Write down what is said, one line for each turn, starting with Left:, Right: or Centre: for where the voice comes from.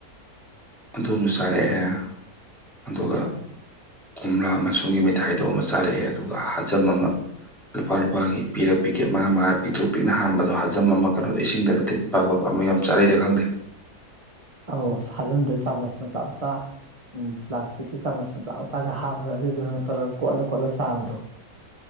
Centre: ꯑꯗꯨꯃ ꯆꯥꯔꯛꯑꯦ, ꯑꯗꯨꯒ ꯀꯣꯝꯂꯥ ꯃꯁꯨꯡꯒꯤ ꯃꯤꯠ ꯊꯥꯏꯗꯣ ꯑꯃ ꯆꯥꯔꯛꯑꯦ ꯑꯗꯨꯒ ꯍꯖꯝ ꯑꯃ ꯂꯨꯄꯥ ꯂꯨꯄꯥꯒꯤ ꯄꯤꯔꯒ ꯄꯤꯀꯦꯠ ꯃꯉꯥ ꯃꯉꯥ ꯄꯤꯛꯇ꯭ꯨꯔꯛ ꯄꯤꯛꯅ ꯍꯥꯟꯕꯗꯣ ꯍꯖꯝ ꯑꯃ ꯀꯩꯅꯣꯗ ꯏꯁꯤꯡꯗꯒ ꯊꯤꯠꯄ ꯄꯥ ꯈꯣꯠꯄ ꯑꯃ ꯌꯥꯝ ꯆꯥꯔꯛꯏꯗ ꯈꯪꯗꯦ
Right: ꯑꯧ ꯍꯥꯖꯝꯗ ꯆꯥꯃꯁ ꯃꯆꯥꯥ ꯃꯆꯥ ꯎꯝ ꯄ꯭ꯂꯥꯁꯇꯤꯛꯀꯤ ꯆꯥꯃꯁ ꯃꯆꯥ ꯃꯆꯥꯒ ꯍꯥꯝꯄꯒ ꯑꯗꯨꯏꯗꯨꯅ ꯇꯧꯔ ꯀꯣꯠꯂ ꯀꯣꯠꯂ ꯆꯥꯕꯗꯣ